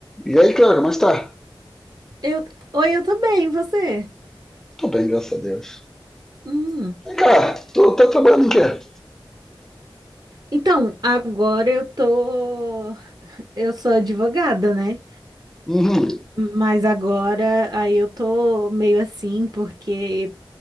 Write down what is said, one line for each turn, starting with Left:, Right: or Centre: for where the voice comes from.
Centre: E aí, cara, mas tá?
Right: Eu, oi, eu tô bem, e você?
Centre: Tô bem, graças a Deus.
Right: Hum.
Centre: Vem cá, tu tá trabalhando em quê?
Right: Então, agora eu tô, eu sou advogada, né?
Centre: Uhum,
Right: Mas agora aí eu tô meio assim, porque